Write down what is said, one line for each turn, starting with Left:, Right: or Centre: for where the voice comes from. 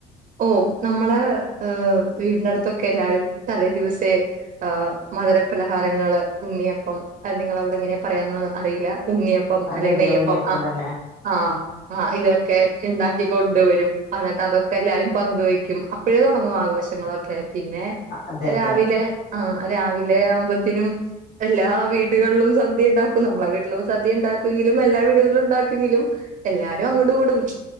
Right: ഓ നമ്മള് ഹ് വീടിന്റെടുത്തൊക്കെ എല്ലാരും തലേ ദിവസേ ആഹ് മധുരപ്പലഹാരങ്ങള് ഉണ്ണിയപ്പം നിങ്ങളവിടെ എങ്ങനെ പറയാന്നൊന്നും അറിയില്ല ഉണ്ണിയപ്പം
Left: അതെ
Right: അല്ലെങ്കിൽ
Left: അതെ
Right: നെയ്യപ്പം
Left: ഉണ്ണിയപ്പം
Right: ആ
Left: തന്നെ
Right: ആ ആ ഇതൊക്കെ ഇണ്ടാക്കി കൊണ്ടുവരും എന്നേറ്റ് അതൊക്കെ എല്ലാരും പങ്ക് വെക്കും അപ്പഴേ തുടങ്ങും ആഘോഷങ്ങളൊക്കെ പിന്നെ
Left: അതെ
Right: രാവിലെ
Left: അതെ
Right: ആഹ രാവിലെ ആവുമ്പോത്തിനും എല്ലാ വീടുകളിലും സദ്യ ഉണ്ടാക്കും നമ്മളെ വീട്ടിലും സദ്യ ഉണ്ടാക്കെങ്കിലും എല്ലാ വീടുകളിലും ഉണ്ടാക്കെങ്കിലും എല്ലാരും അങ്ങോട്ടും ഇങ്ങോട്ടും